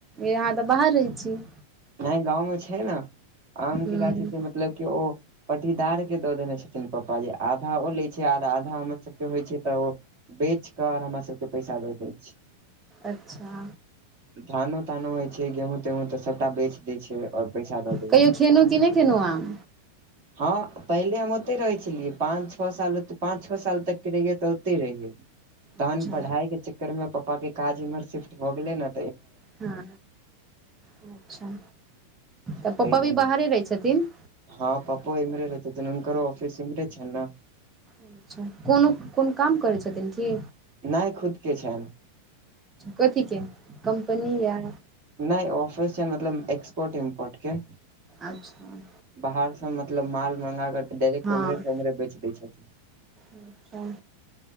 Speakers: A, on the right (about 20°); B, on the right (about 45°).
A: अहाँ तऽ बाहर रहै छि
B: नय गाँव में छै ने आम के
A: हूँ
B: गाछी मतलब मतलब केओ पटीदार के दऽ देने छथिन पापा जे आधा ओ ले छय आर आधा हमर सबके होइ छै तऽ ओ बेच कऽ आर हमर सबके पैसा दऽ दै छै
A: अच्छा
B: धानो तानो होइ छै गेहूँ तेहूँ तऽ सबटा बेच दै छै और पैसा दऽ दै
A: कहियो खेेलउ कि नय खेेलहु आम
B: हँ पहिले हम ओतइ रहै छलियै पाँच छओ साल पाँच छओ साल तकके रहियै तऽ ओतइ रहियै तहन
A: अच्छा
B: पढ़ाई के चक्कर में पपा के काज इम्हर शिफ्ट भऽ गेलय न
A: हँ अच्छा तऽ
B: ताहि
A: पापा भी
B: दुआरे
A: बाहरे रहै छथिन
B: हँ पप्पो इमहरे रहय छथीन हुनकरो ऑफिस इमरे छै ने
A: अच्छा कोनो कोन काम करै छथिन की
B: नहि खुद के छनि
A: कथी के कम्पनी या
B: नय ऑफिस छै मतलब एक्सपोर्ट इम्पोर्ट के
A: अच्छा
B: बाहरसँ मतलब माल मँंगा कऽ डायरेक्ट
A: हँ
B: उम्हरेसँ उम्हरे बेच दै छथिन
A: अच्छा